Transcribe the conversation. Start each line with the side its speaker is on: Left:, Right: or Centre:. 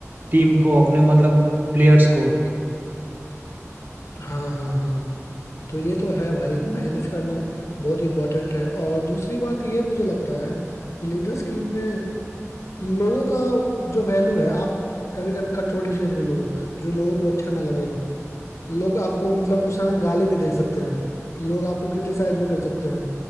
Right: टीम को अपने मतलब प्लेयर्स को
Left: हाँ हाँ हाँ तो ये तो है भाई मैनेज करना बहुत इम्पोर्टेंट है और दूसरी बात ये मुझे लगता है कि लीडरशिप में लोगों का जो वैल्यू है आप कभी कभी कठोर डिसीजन भी लोगे जो लोगों को अच्छा ना लगेगा लोग आपको मतलब उस समय गाली भी दे सकते हैं लोग आपको क्रिटिसाइज भी कर सकते हैं